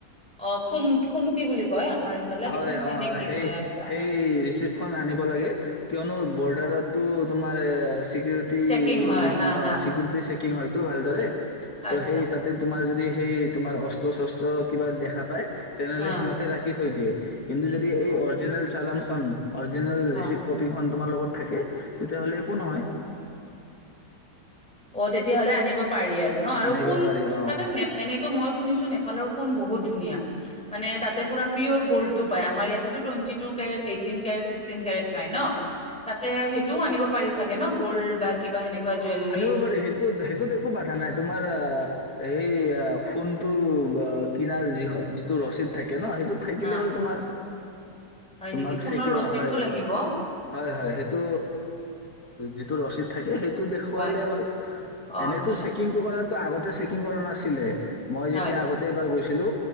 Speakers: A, in the centre; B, on the left.
A: অ' খুম খুমতি বুলি কয়। আমাৰ ইফালে
B: হয়
A: খুমটি
B: হয়
A: নে কি
B: সেই
A: কয় আচ্ছা
B: সেই
A: হা,
B: ৰিচিপ্ত, খন আনিব লাগে। কিয়নো বৰ্ডাৰত, তু তোমাৰ চি ছিকিউৰিটি
A: চেকিং হয় হা
B: অ
A: হা
B: ছিকিউৰিটী চেকিংটো হয়তো ভালদৰে টো
A: আচ্ছা
B: সেই তাতে তোমাৰ, <inaudible> অস্ত্ৰ সস্ত্ৰ কিবা দেখা পায়, তেনেহলে
A: হা
B: সিহতে ৰাখি থয়। দিয়ে। কিন্তু, যদি
A: অ
B: অৰিজিনেল, <inaudible> অৰিজিনেল
A: অ
B: ৰিছিপ্ত কপি খন, তোমাৰ লগত থাকে, তেতিয়া হলে একো নহয়।
A: অ' তেতিয়া হলে আনিব পাৰি। নোৱাৰি আৰু ন? আৰু
B: আনিব
A: কোন?
B: পাৰি অ
A: তাতে এনে, টো মই শুনিছোঁ, নেপালৰ সোণ বহুত ধুনীয়া? মানে তাতে পোৰা পিয়ৰ গল্ড টো পায়। আমাৰ ইয়াতে twenty two carat, eighteen carat, sixteen carat পায় ন? তাতে! সেইটো আনিব পাৰিছা চাগে ন? গিল্ড বা কিবা এনেকুৱা, জুয়েলেৰী,
B: আনিব পাৰি সেইটোত আকো বাধা নাই তোমাৰ। হে! হেই! ফোনটো বা! কিনা যিটো ৰচিদ থাকে, কেনো, সেইটো থাকিলে
A: হা
B: হ'ল তোমাৰ
A: হয়
B: তোমাক
A: নেকি সোণৰ
B: <unintelligible>
A: ৰচিদটো
B: হয়,
A: লাগিব
B: হয়, হেইটো যিটো ৰচিদ থাকে, সেইট টো দেখুৱালে
A: হয়
B: হ'ল,
A: অ
B: এনে
A: আচ্ছা
B: টো চেকিং <unintelligible> <unintelligible> ছেকিং কৰা নাছিলে, মই
A: হয়
B: যেতিয়া আগতে এবাৰ গৈছিলো,